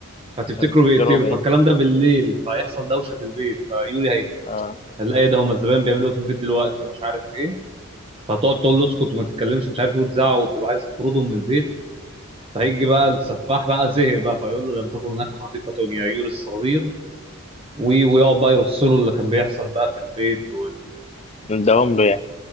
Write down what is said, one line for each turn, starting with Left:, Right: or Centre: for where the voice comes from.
Right: فتفتكروا
Left: عايز تفتكرهم
Right: بيقتلوا
Left: إيه
Right: فالكلام ده بالليل فيحصل دوشه في البيت فيوري هي
Left: آه
Right: هتلاقي إيه ده هم الزبائن بيعملوا إيه في البيت دلوقتي ومش عارف ايه فهتقعد تقول له اسكت وما تتكلمش مش عارف ايه وتزعق وتبقى عايز تطردهم من البيت فهيجي بقى السفاح بقى زهق بقى فيقول له لم تكن هناك حديقه يا يوري الصغير و- ويقعد بقى يرص له اللي كان بيحصل بقى في البيت وال...
Left: نداهم له يعني